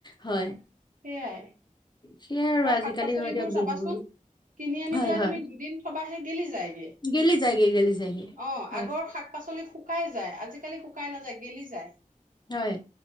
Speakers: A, on the left; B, on the right.
A: হয়।
B: সেইয়াই
A: সেইয়াই
B: আৰু
A: আজিকালি
B: শাক পাচলিবোৰ
A: হয় দিয়ক
B: চাবাচোন।
A: দিনবোৰ
B: কিনি আনি
A: হয়
B: পেলাই
A: হয়
B: তুমি দুদিন থবাহে গেলি যায়গে,
A: গেলি যায়গে গেলি যায়গে
B: অ',
A: হয়
B: আগৰ শাক পাচলি য আজিকালি শুকাই নাযায় গেলি যায়
A: হয়